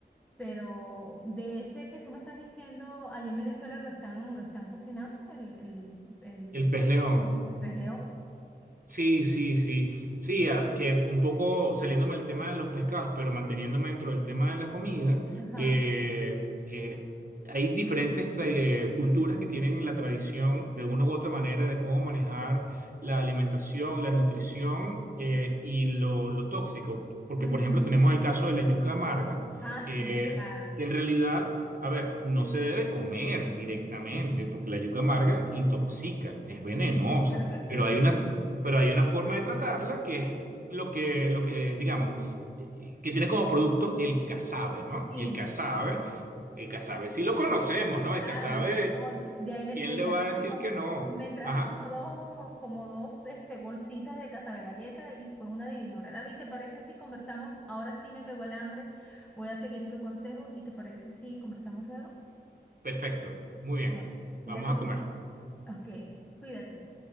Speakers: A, in the centre; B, on the right.
A: Pero de ese que tú me estás diciendo, allá en Venezuela lo están, lo están cocinando, el, el, el,
B: El pez león.
A: el pez león.
B: Sí, sí, sí. Sí, a- que un poco saliéndome del tema de los pescados, pero manteniéndome dentro del tema de la comida,
A: Ajá.
B: eh, eh, hay diferentes tra- eh, culturas que tienen la tradición de una u otra manera de cómo manejar la alimentación, la nutrición eh, y lo, lo tóxico. Porque,
A: ujú.
B: por ejemplo, tenemos el caso de la yuca amarga,
A: Ah, sí,
B: eh,
A: claro.
B: que en realidad... A ver, no se debe comer directamente porque la yuca amarga intoxica, es venenosa,
A: Claro que sí.
B: pero hay unas
A: <laughs>
B: pero hay una forma de tratarla que es lo que, lo que, eh, digamos, eh, que tiene como producto el casabe, ¿no?
A: Sí,
B: Y el casabe,
A: cierto.
B: el casabe sí lo conocemos, ¿no? El
A: Claro,
B: casabe,
A: por favor. De ahí me,
B: ¿quién
A: me
B: le
A: trajes
B: va a decir
A: como,
B: que no?
A: me trajes
B: Ajá,
A: como dos, como dos este, bolsitas de casabe galleta y fue una divinora. David, ¿te parece si conversamos? Ahora sí me pegó el hambre. Voy a seguir tu consejo y ¿te parece si conversamos luego?
B: perfecto, muy
A: Bueno,
B: bien,
A: cuídate
B: vamos a
A: mucho.
B: comer.
A: Ok, cuídate.